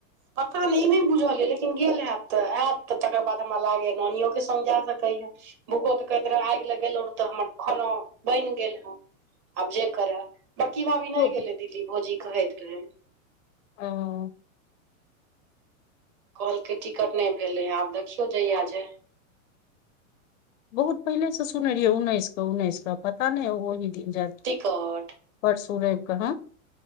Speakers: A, on the right (about 35°); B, on the left (about 65°).
A: पता नै ई नै बुझल यै लेकिन गेल हएत तऽ आयत त तकर बाद हमरा लागैय नानियो के संग जा सकैया भूखो त कहैत रहे आगि लग गेलो रहए तऽ हमर खाना बनि गेल हँ आब जे करए बड़की भाभी
B: ओ
A: नै गेलै दिल्ली भौजी कहैत रहै।
B: ओ
A: कहलकै टिकट नै भेलै हँ आब देखियौ जहिय जेय।
B: बहुत पहिले स सुनने रहियै उन्नैस क उन्नैस क पता नै ओहि दिन जा।
A: टिकट
B: परसूरैव क हाँ